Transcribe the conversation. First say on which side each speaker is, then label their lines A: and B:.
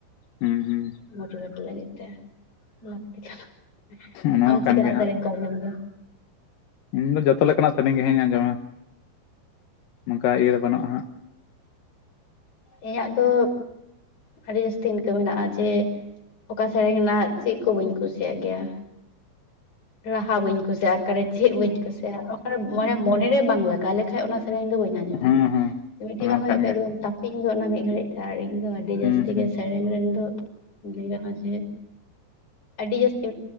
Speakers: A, on the left (about 65°); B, on the left (about 45°).
A: ᱦᱩᱸ ᱦᱩᱸ
B: ᱢᱳᱴᱤᱵᱷᱮᱴ ᱞᱟᱹᱜᱤᱫ ᱛᱮ ᱞᱟᱹᱠᱛᱤ ᱠᱟᱱᱟ
A: ᱚᱱᱟ
B: ᱟᱢ
A: ᱢᱟ
B: ᱪᱤᱠᱱᱟ
A: ᱠᱟᱱ ᱜᱮ
B: ᱥᱮᱨᱮᱧ
A: ᱦᱟᱸᱜ
B: ᱠᱚᱢ ᱟᱡᱚᱢ ᱜᱮᱭᱟ
A: ᱤᱧ ᱫᱚ ᱡᱚᱛᱚ ᱞᱮᱠᱟᱱᱟᱜ ᱥᱮᱨᱮᱧ ᱜᱮ ᱦᱮ ᱟᱡᱚᱢᱟ ᱱᱚᱝᱠᱟ ᱤᱭᱟᱹ ᱫᱚ ᱵᱟᱹᱱᱩᱜ ᱦᱟᱸᱜ
B: ᱤᱧᱟᱹᱜ ᱫᱚ ᱟᱹᱰᱤ ᱡᱟᱹᱥᱛᱤ ᱤᱱᱠᱟᱹ ᱢᱮᱱᱟᱜᱼᱟ ᱡᱮ ᱚᱠᱟ ᱥᱮᱨᱮᱧ ᱨᱮᱱᱟᱜ ᱪᱮᱫ ᱠᱚ ᱵᱟᱹᱧ ᱠᱩᱥᱤᱭᱟᱜ ᱜᱮᱭᱟ ᱨᱟᱦᱟ ᱵᱟᱹᱧ ᱠᱩᱥᱤᱭᱟᱜᱼᱟ ᱚᱠᱟᱨᱮ ᱪᱮᱫ ᱵᱟᱹᱧ ᱠᱩᱥᱤᱭᱟᱜᱼᱟ ᱚᱠᱟᱨᱮ ᱢᱚᱱᱮ ᱢᱚᱱᱮᱨᱮ ᱵᱟᱝ ᱞᱟᱜᱟᱣ ᱞᱮᱠᱷᱟᱡ ᱚᱱᱟ ᱤᱧ ᱫᱚ ᱵᱟᱹᱧ ᱟᱡᱚᱢᱟ
A: ᱦᱩᱸ ᱦᱩᱸ
B: ᱢᱤᱫᱴᱤᱡ
A: ᱚᱱᱟ
B: ᱵᱟᱝ
A: ᱢᱟ
B: ᱦᱩᱭᱩᱜ
A: ᱠᱟᱱ ᱜᱮᱭᱟ
B: ᱮ ᱛᱟᱯᱤᱧ ᱜᱚᱫ ᱮᱱᱟ ᱢᱤᱫ ᱜᱷᱟᱹᱲᱤᱡ ᱛᱮ ᱤᱧ ᱫᱚ ᱟᱹᱰᱤ ᱡᱟᱹᱥᱛᱤ
A: ᱦᱩᱸ ᱦᱩᱸ
B: ᱜᱮ ᱥᱮᱨᱮᱧ ᱨᱮᱱ ᱫᱚ ᱞᱟᱹᱭ ᱜᱟᱱᱚᱜ-ᱟ ᱡᱮ ᱟᱹᱰᱤ ᱡᱟᱹᱥᱛᱤ